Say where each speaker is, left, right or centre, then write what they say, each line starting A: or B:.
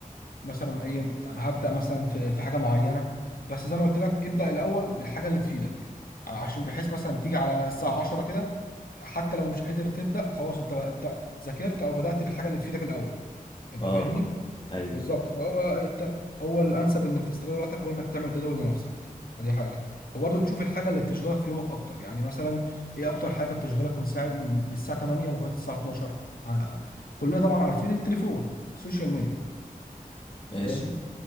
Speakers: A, on the left (about 80°); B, on the left (about 35°).
A: ومثلا ايه هبدأ مثلا في في حاجة معينة بس زي ما قلت لك ابدأ الأول بالحاجة اللي تفيدك عشان بحيث مثلا تيجي على الساعة 10 كده حتى لو مش قادر تبدأ خلاص انت انت ذاكرت او بدأت بالحاجة اللي تفيدك الأول انت
B: اه
A: فاهمني؟
B: ايوه
A: بالظبط فهو انت هو الانسب انك تستغل وقتك هو انك تعمل جدول لنفسك دي حاجه وبرضه تشوف الحاجه اللي بتشغلك في يومك اكتر يعني مثلا ايه اكتر حاجه بتشغلك من ساعه من من الساعه 8 لغايه الساعه 12 ع- ع- كلنا طبعا عارفين التليفون السوشيال ميديا
B: ماشي
A: فاهم